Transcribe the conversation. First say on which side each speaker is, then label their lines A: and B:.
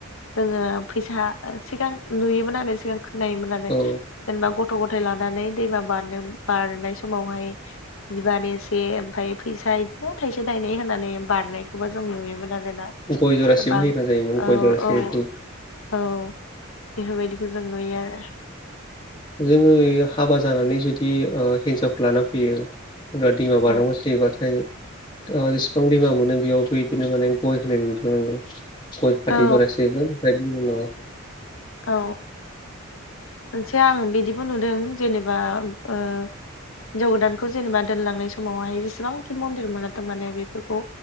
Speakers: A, on the left; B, on the left.
A: जोङो फैसा सिगां नुयोमोन आरो सिगां खोनायोमोन आरो
B: औ
A: जेनेबा गथ'-गथाय लानानै दैमा बारनो बारनाय समावहाय बिबार एसे ओमफ्राय फैसा बिदिनो थायसे थायनै होनानै बारनायखौबो जों नुयोमोन आरोना
B: गय जरासेबो
A: गोबां
B: होयोना जायोमोन
A: औ
B: गय जरासे
A: औ
B: धुप
A: औ बेफोरबायदिखौ जों नुयो आरो
B: जोङो हाबा जानानै जुदि ओ हिन्जावखौ लाना फैयो। हाग्रा दैमा बारानांगौ
A: औ
B: जायोबाथाय ओ जेसेबां दैमा मोनो बेयावबो बिदिनो माने गय होनाय नुदों आङो गय फाथै
A: औ
B: जरासेबो <unintelligible>
A: औ मोनसे आं बिदिबो नुदों जेनेबा ओ हिनजाव गोदानखौ जेनेबा दोनलांनाय समावहाय जेसेबांखि मन्दिर मोनो थारमाने बेफोरखौ